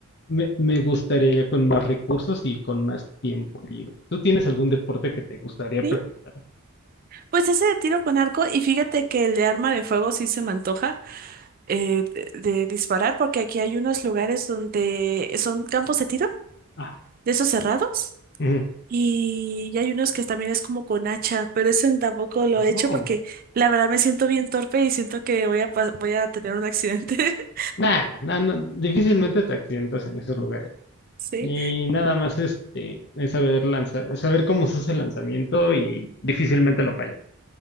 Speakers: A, on the left (about 50°); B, on the right (about 40°).
A: me, me gustaría ya con más recursos y con más tiempo libre. ¿Tú tienes algún deporte que te gustaría
B: ¿Sí?
A: practicar?
B: Pues ese de tiro con arco, y fíjate que el de arma de fuego sí se me antoja eh, de, de disparar, porque aquí hay unos lugares donde son campos de tiro,
A: Ajá.
B: de esos cerrados,
A: Ujú.
B: y, y hay unos que también es como con hacha, pero eso tampoco lo
A: Ah, no.
B: he hecho porque la verdad me siento bien torpe y siento que voy a, pas- voy a tener un accidente.
A: Nah, nah, no, difícilmente te accidentas en esos lugares.
B: <laughs>
A: Y
B: Sí.
A: nada más este, es saber lanzar, es saber cómo se hace el lanzamiento y difícilmente lo fallas.